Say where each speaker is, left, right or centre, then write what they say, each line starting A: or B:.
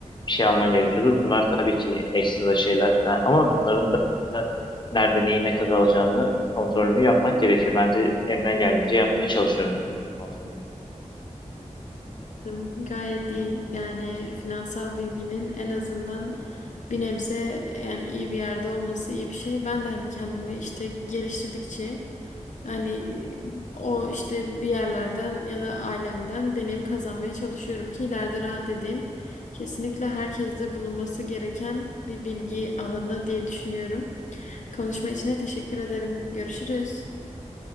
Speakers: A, on the left; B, on the left.
A: bir şey alman gerekiyordur. Bunlar tabii ki ekstra şeyler Yani ama bunların da nerede neyi ne kadar alacağını kontrolünü yapmak gerekiyor. Ben de elimden geldiğince yapmaya çalışıyorum tabii ki kontrolünü.
B: Anladım. Gayet iyi. Yani finansal bilginin en azından bir nebze yani iyi bir yerde olması iyi bir şey. Ben de hani kendimi işte geliştirdikçe hani o işte bir yerlerden ya da ailemden deneyim kazanmaya çalışıyorum ki ileride rahat edeyim. Kesinlikle herkeste bulunması gereken bir bilgi alanı diye düşünüyorum. Konuşma için de teşekkür ederim. Görüşürüz.